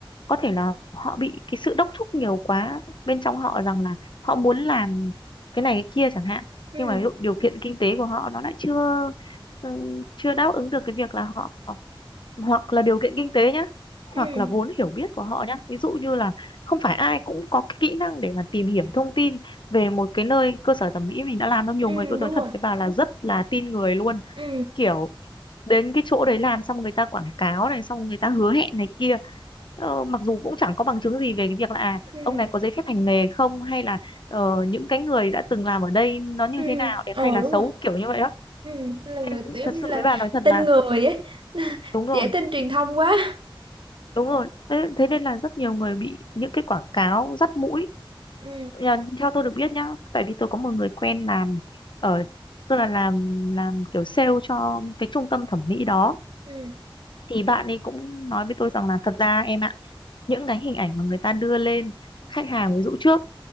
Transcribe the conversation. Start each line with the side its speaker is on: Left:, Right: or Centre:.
Left: có thể là họ bị cái sự đốc thúc nhiều quá bên trong họ rằng là họ muốn làm cái này cái kia chẳng hạn.
Right: ừ
Left: Nhưng mà ví dụ điều kiện kinh tế của họ nó lại chưa ừ, chưa đáp ứng được cái việc là họ hoặc là điều kiện kinh tế nhá hoặc
Right: ừ
Left: là vốn hiểu biết của họ nhá ví dụ như là không phải ai cũng có cái kỹ năng để mà tìm hiểu thông tin về một cái nơi cơ sở thẩm mỹ mình đã làm đâu nhiều
Right: ừ
Left: người tôi nói
Right: đúng
Left: thật
Right: rồi
Left: với bà là rất là tin người luôn
Right: ừ
Left: kiểu đến cái chỗ đấy làm xong người ta quảng cáo này xong người ta hứa hẹn này kia Ờ, mặc dù cũng chẳng có bằng chứng gì về cái việc là à,
Right: ừ
Left: ông này có giấy phép hành nghề không hay là ờ, những cái người đã từng làm ở đây nó như
Right: ừ
Left: thế nào đẹp
Right: ờ
Left: hay là
Right: đúng
Left: xấu
Right: rồi
Left: kiểu như vậy đó
Right: ừ nên là người
Left: nên
Right: tiểu
Left: thật
Right: như
Left: sự
Right: là
Left: với bà nói thật
Right: tin
Left: là
Right: người ấy <laughs>
Left: đúng rồi
Right: dễ tin truyền thông quá
Left: đúng rồi thế, thế nên là rất nhiều người bị những cái quảng cáo dắt mũi
Right: ừ
Left: Nhờ- theo tôi được biết nhá tại vì tôi có một người quen làm ở tức là làm làm kiểu sale cho cái trung tâm thẩm mỹ đó
Right: ừ
Left: thì bạn ấy cũng nói với tôi rằng là thật ra em ạ những cái hình ảnh mà người ta đưa lên khách hàng ví dụ trước